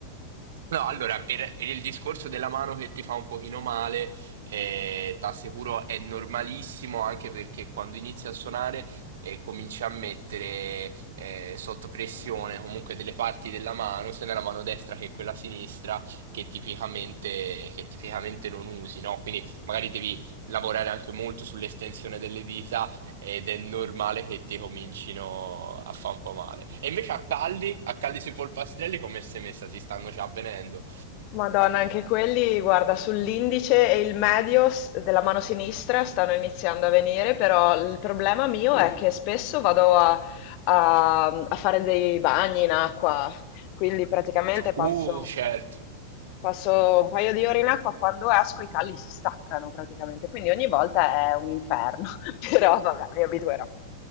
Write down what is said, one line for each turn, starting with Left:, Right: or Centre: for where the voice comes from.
Right: No, allora, per, per il discorso della mano che ti fa un pochino male, eh,
Left: <laughs>
Right: t'assicuro è normalissimo anche perché quando inizi a suonare eh, cominci a mettere eh, sotto pressione comunque delle parti della mano, sia nella mano destra che quella sinistra, che tipicamente, che tipicamente non usi, no? Quindi magari devi lavorare anche molto sull'estensione delle dita ed è normale che ti comincino a fa' un po' male. E invece a Calli, a Calli sui polpastrelli come sei messa? Ti stanno già avvenendo?
Left: Madonna, anche quelli, guarda, sull'indice e il medio s- della mano sinistra stanno iniziando a venire, però il problema mio è che spesso vado a, a- a fare dei bagni in acqua, quindi praticamente passo,
Right: Uh, certo.
Left: passo un paio di ore in acqua, quando esco i calli si staccano praticamente, quindi ogni volta è un inferno, <laughs> però vabbè, mi abituerò.